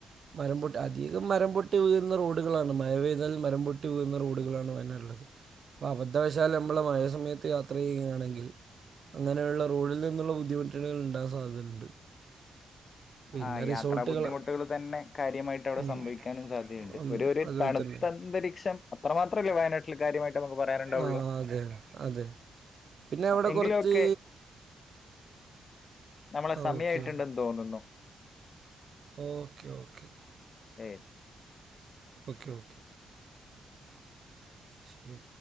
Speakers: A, on the right (about 40°); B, on the left (about 35°).
A: മരം പൊട്ടി അധികം മരം പൊട്ടി വീഴുന്ന റോഡുകളാണ് മഴ പെയ്താൽ മരം പൊട്ടി വീകുന്ന റോഡുകളാണ് വയനാടുള്ളത് അപ്പൊ അബദ്ധവശാല നമ്മള് മഴയ സമയത്ത് യാത്ര ചെയ്യുകയാണെങ്കിൽ അങ്ങനെയുള്ള റോഡിൽ നിന്നുള്ള ബുദ്ധിമുട്ടുകൾണ്ടാൻ സാധ്യതയുണ്ട് പിന്നെ
B: ആ് യാത്രാ
A: റിസോർട്ടുകൾ
B: ബുദ്ധിമുട്ടുകൾ തന്നെ കാര്യമായിട്ട് അവിടെ
A: ഉം
B: സംഭവിക്കാനും സാധ്യതയുണ്ട്
A: ഉം,
B: ഒരു ഒരു
A: അതുപോലെ
B: തണുത്തന്തരീക്ഷ
A: തന്നെ
B: അത്രമാത്രല്ലേ വയനാട്ടില് കാര്യമായിട്ട് നമുക്ക് പറയാനുണ്ടാവുള്ളു
A: ആ അതെ അതെ പിന്നെ അവിടെ
B: എങ്കിലുമൊക്കെ
A: കുറച്ച്
B: നമ്മളെ സമയായിട്ടുണ്ടെന്ന്
A: ഓക്കെ
B: തോന്നുന്നു
A: ഓക്കെ ഓക്കെ
B: ഏ
A: ഓക്കെ ഓക്കെ ശരി